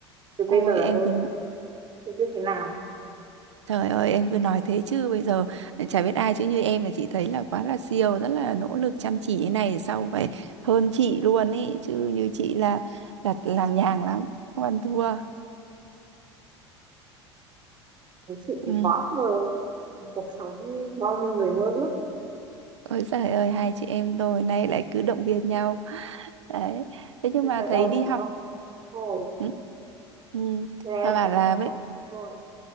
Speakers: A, on the right (about 30°); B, on the right (about 75°).
A: chứ bây
B: Ôi
A: giờ em
B: em cứ
A: á, chưa biết thế nào
B: Trời ơi em cứ nói thế chứ Bây giờ chả biết ai chứ như em là chị thấy là quá là siêu Rất là nỗ lực chăm chỉ như này Sau phải hơn chị luôn ý Chứ như chị là Đặt làng nhàng lắm Không ăn thua
A: chị
B: Ừ.
A: quá mơ cuộc sống như bao nhiêu người mơ ước
B: Ôi giời ơi hai chị em tôi nay lại cứ động viên nhau <laughs> đấy thế nhưng
A: bây
B: mà
A: giờ em
B: thấy đi
A: chỉ
B: học
A: mong thôi
B: ừ. Ừ.
A: Rồi em
B: Nó bảo
A: chỉ
B: là
A: có một
B: bây
A: trăm thôi.